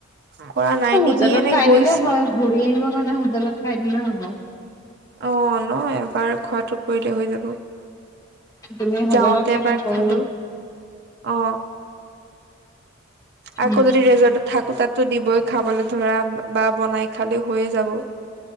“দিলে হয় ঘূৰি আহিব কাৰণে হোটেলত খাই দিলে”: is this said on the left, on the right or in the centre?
Left